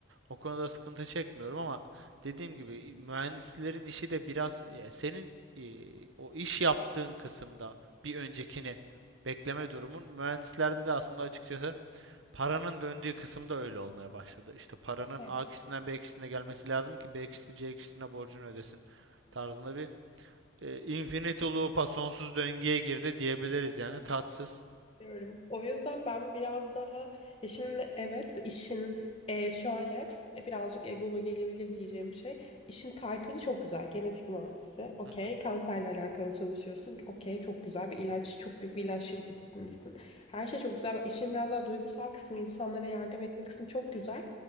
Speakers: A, on the right; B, on the left.
A: O konuda sıkıntı çekmiyorum ama dediğim gibi mühendislerin işi de biraz ya senin e, o iş yaptığın kısımda bir öncekini bekleme durumun mühendislerde de aslında açıkçası paranın döndüğü kısımda öyle olmaya başladı. İşte paranın
B: <laughs> Evet.
A: A kişisine B kişisine gelmesi lazım ki B kişisi C kişisine borcunu ödesin tarzında bir e, infinite loop'a sonsuz döngüye girdi diyebiliriz yani tatsız.
B: Diyorum. O yüzden ben biraz daha ya şimdi evet işin e, şöyle e, birazcık egolu gelebilir diyeceğim şey. İşin title'ı çok güzel. Genetik mühendisi. Okey.
A: Hı hı,
B: Kanserle alakalı çalışıyorsun. Okey. Çok güzel bir ilaç. Çok büyük bir ilaç şirketindesin. Her şey çok güzel. İşin biraz daha duygusal kısmı, insanlara yardım etme kısmı çok güzel.